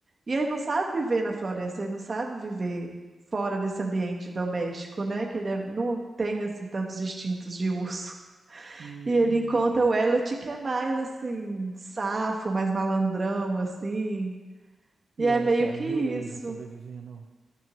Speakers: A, on the right; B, on the right.
A: e ele não sabe viver na floresta, ele não sabe viver fora desse ambiente doméstico, né? Que ele é- não tem, assim, tantos instintos de urso. <laughs>
B: Hum.
A: E ele encontra o Elliot, que é mais, assim, safo, mais malandrão, assim. E
B: E
A: é
B: o Elliot
A: meio
B: ajuda
A: que isso.
B: ele a sobreviver no,